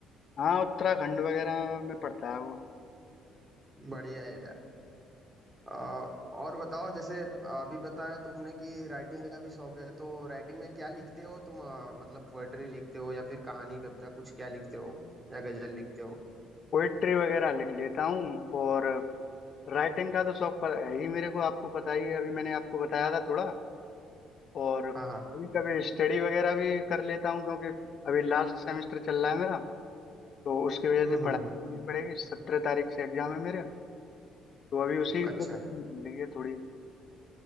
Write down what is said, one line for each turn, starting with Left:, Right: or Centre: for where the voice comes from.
Left: हाँ उत्तराखंड वगैरह में पड़ता है वो
Right: बढ़िया है यार अ, और बताओ जैसे अभी बताया तुमने कि राइटिंग का भी शौक है तो राइटिंग में क्या लिखते हो तुम अ, मतलब पोएट्री लिखते हो या फिर कहानी कविता कुछ क्या लिखते हो या गजल लिखते हो
Left: पोइट्री वगैरह लिख लेता हूँ और राइटिंग का तो शौक पर है ही मेरे को आपको पता ही है अभी मैंने आपको बताया था थोड़ा और कभी
Right: हाँ हाँ
Left: कभी स्टडी वगैरह भी कर लेता हूँ क्योंकि अभी लास्ट सेमेस्टर चल रहा है मेरा तो उसकी वजह
Right: हम्म
Left: से पढ़ाई
Right: हम्म हम्म
Left: करनी पड़ेगी सत्रह तारीख से एग्जाम है मेरे तो अभी उसी की
Right: अच्छा
Left: प्रिपरेशन चल रही है थोड़ी